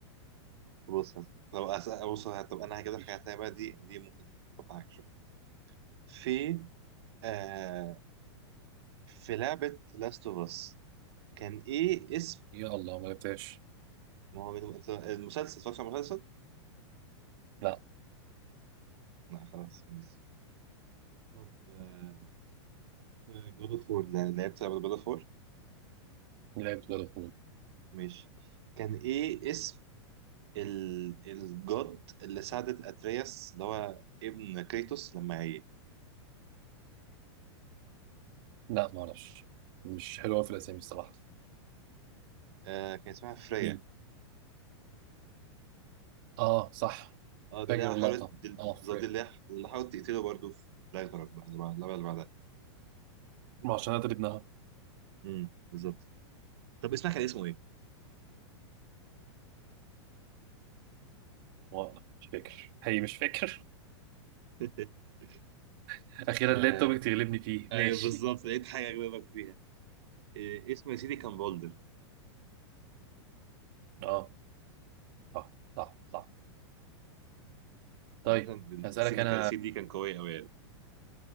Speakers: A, on the right; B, on the right.
A: بص طب أس- بص طب انا هجيب
B: ماشي
A: لك حاجه ثانيه بقى دي دي ممكن تقطعك شويه في آه في لعبه لاست اوف اس كان ايه اسم
B: يا الله ما لعبتهاش
A: ما هو من- أنت المسلسل اتفرجت على المسلسل؟
B: لا
A: لا خلاص ماشي طب آه، في جود اوف وور لعبت لعبه جود اوف وور
B: لعبت بلد
A: ماشي كان ايه اسم ال... الجد اللي ساعدت اترياس اللي هو ابن كريتوس لما عيه
B: لا ما اعرفش مش حلوه في الاسامي الصراحه
A: آه كان اسمها فريا
B: مين اه صح
A: اه دي
B: فاكر
A: اللي هي
B: اللقطة
A: حاولت دي بالظبط
B: اه فريم
A: دي اللي هي- اللي حاولت تقتله برضه في راجناروك بقى اللي بعد- اللي بعد- اللي بعدها
B: عشان انا ابنها
A: امم بالظبط طب اسمها كان اسمه ايه؟
B: والله مش فاكر هي مش فاكر
A: <laughs>
B: <laughs> اخيرا
A: آه
B: لقيت توبيك تغلبني فيه
A: ايوه
B: ماشي
A: بالظبط لقيت حاجه اجاوبك فيها إيه اسمه يا سيدي كان فولدر
B: اه صح صح صح طيب
A: عامة ال-
B: هسألك
A: السين دي
B: انا
A: كان السين دي كان قوية أوي يعني